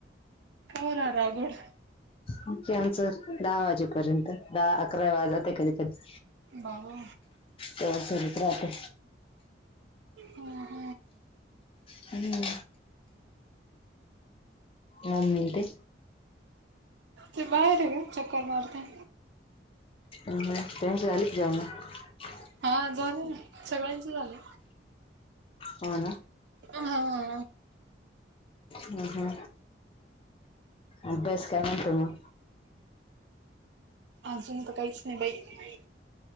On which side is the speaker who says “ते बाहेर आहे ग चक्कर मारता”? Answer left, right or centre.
Right